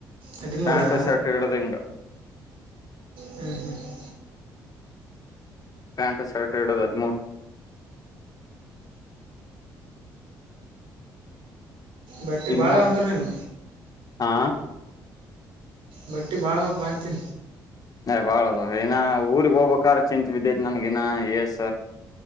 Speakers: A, on the right; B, on the left.
A: ಹದಿಮೂರಾ
B: ಪ್ಯಾಂಟು ಶರ್ಟ್ ಇಡದಂಗ
A: ಹ್ಞೂ ಹ್ಞೂ
B: ಪ್ಯಾಂಟ ಶರ್ಟ ಹಿಡದ್ <unintelligible>
A: ಬಟ್ಟೆ
B: ಹದಿಮೂರು
A: ಭಾಳ ಅಂದರು ನೀನು
B: ಹಾ
A: ಬಟ್ಟಿ ಭಾಳಾವ ಅಂತಿ
B: ಬಾಳದು ಇನ್ನ ಊರ್ಗ್ ಹೋಗ್ಬೇಕ್ರ ಚಿತ್ ಬಿದ್ದೈತಿ ನನ್ಗಿನ ಎಸ್.